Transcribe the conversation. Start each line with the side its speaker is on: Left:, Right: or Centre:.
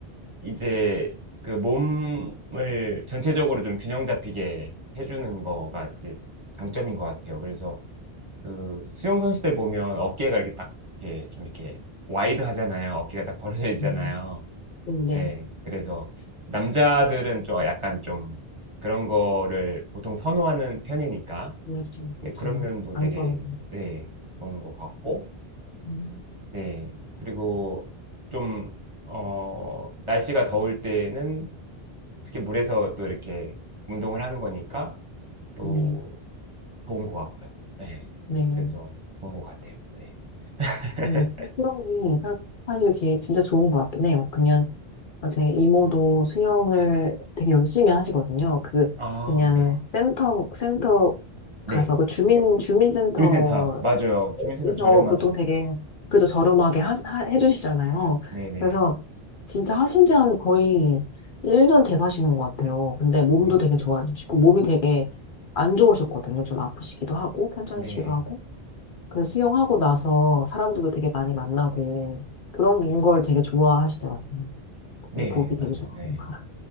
Right: 이제 그 몸을 전체적으로 좀 균형 잡히게 해주는 거가 이제 장점인 것 같아요. 그래서 그 수영 선수들 보면 어깨가 이렇게 딱 이렇게 좀 이렇게 와이드 하잖아요. 어깨가 딱 벌어져 있잖아요.
Left: 음, 네.
Right: 예. 그래서 남자들은 좀 약간 좀 그런 거를 보통 선호하는 편이니까
Left: 그렇죠, 그렇죠.
Right: 네, 그런 면도
Left: 장점이.
Right: 되게 네, 좋은 것 같고
Left: 음,
Right: 네. 그리고 좀 어, 날씨가 더울 때는 특히 물에서 또 이렇게 운동을 하는 거니까 또
Left: 네,
Right: 좋은 것 같고요. 네.
Left: 네.
Right: 그래서 좋은 것 같아요. 네. <laughs>
Left: 음, 수영이 사- 사실 제, 진짜 좋은 것 같긴 해요. 그냥 제 이모도 수영을 되게 열심히 하시거든요. 그,
Right: 아,
Left: 그냥
Right: 네.
Left: 센터, 센터
Right: 네.
Left: 가서 그 주민, 주민센터
Right: 주민센터. 맞아요. 주민센터
Left: 그래서
Right: 저렴하죠.
Left: 보통 되게 그래도 저렴하게 하, 하- 해주시잖아요.
Right: 네네.
Left: 그래서 진짜 하신지한 거의 1년 돼가시는 것 같아요. 근데 몸도
Right: 네.
Left: 되게 좋아지시고 몸이 되게 안 좋으셨거든요. 좀 아프시기도 하고 편찮으시기도
Right: 네.
Left: 하고. 그래서 수영하고 나서 사람들도 되게 많이 만나고 그런 걸 되게 좋아하시더라고요.
Right: 네.
Left: 근데 보기 되게
Right: 맞아요.
Left: 좋고.
Right: 네.
Left: <laughs>